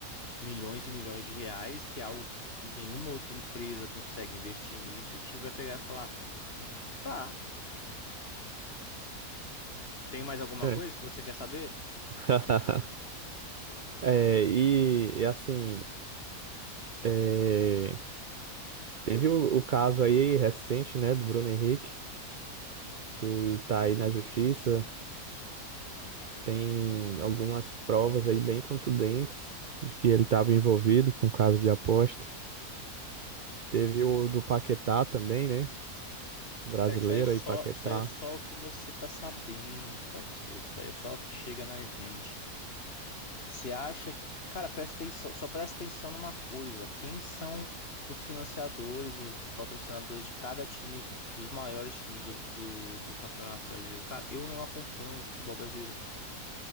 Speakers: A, on the left; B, on the right.
A: milhões e milhões de reais, que é algo que, que nenhuma outra empresa consegue investir nisso, e o time vai pegar e falar: tá, tem mais alguma
B: É.
A: coisa que você quer saber?
B: <laughs> É, e, e, assim, é, teve o, o caso aí recente, né, do Bruno Henrique, que tá aí na justiça. Tem algumas provas aí bem contundentes de que ele estava envolvido com caso de aposta. Teve o do Paquetá também, né? O brasileiro
A: Cara, isso aí é só,
B: aí, Paquetá.
A: isso aí é só o que você tá sabendo, parceiro. Isso aí é só o que chega na gente. Você acha que, cara, presta atenção, só presta atenção numa coisa: quem são os financiadores, os, os patrocinadores de cada time, dos maiores times do, do do Campeonato Brasileiro? Cara, eu não acompanho o futebol brasileiro.